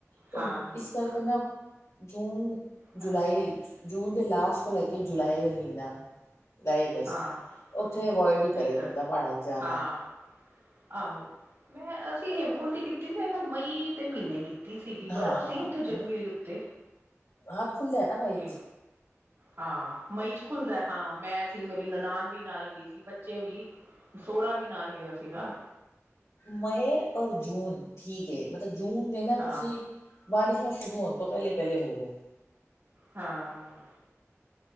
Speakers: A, on the left; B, on the right.
A: ਤੇ
B: ਹਾਂ
A: ਇਸ ਕਰਕੇ ਨਾ। ਜੂਨ।
B: ਹਾਂ
A: ਜੁਲਾਈ। ਜੂਨ ਦੇ ਲਾਸਟ ਤੋਂ ਲੈ ਕੇ ਜੁਲਾਈ ਦੇ ਮਹੀਨਾ। ਲਾਏ ਗਸਤ
B: ਹਾਂ
A: ਉੱਥੇ ਅਵੋਇਡ ਹੀ
B: ਨਹੀਂ
A: ਕਰੇ
B: ਕਰਨ
A: ਬੰਦਾ ਪਹਾੜਾਂ ਚ ਜਾਣਾ।
B: ਹਾਂ ਆਹੋ ਮੈਂ ਅਸੀਂ ਹੇਮਕੁੰਡ ਦੀ ਕੀਤੀ ਸੀ ਮਈ ਦੇ ਮਹੀਨੇ ਕੀਤੀ। ਸੀਗੀ
A: ਹਾਂ
B: ਬਰਫ਼ ਸੀ ਉੱਥੇ ਜੰਮੀ ਹੋਈ ਉੱਤੇ
A: ਹੱਥ ਖੁੱਲਦਾ ਹੈ ਨਾ ਬਾਈ
B: ਹ।
A: ਚ
B: ਹਾਂ ਮਈ। ਖੁੱਲਦਾ ਹਾਂ ਮੈਂ ਸੀ ਮੇਰੀ ਨਨਾਨ। ਵੀ ਨਾਲ ਗਈ ਸੀ ਬੱਚੇ ਵੀ ਸੋਹਰਾ ਵੀ ਨਾਲ ਗਿਆ ਸੀਗਾ।
A: ਮਏ ਔਰ ਜੂਨ ਠੀਕ। ਕੇ ਮਤਲਬ। ਜੂਨ ਦੇ ਨਾ ਤੁਸੀਂ
B: ਹਾਂ,
A: ਬਾਰਿਸ਼ਾ। ਸ਼ੁਰੂ ਹੋਣ ਤੋਂ ਪਹਿਲੇ ਪਹਿਲੇ ਹੋ ਲੋ।
B: ਹਾਂ।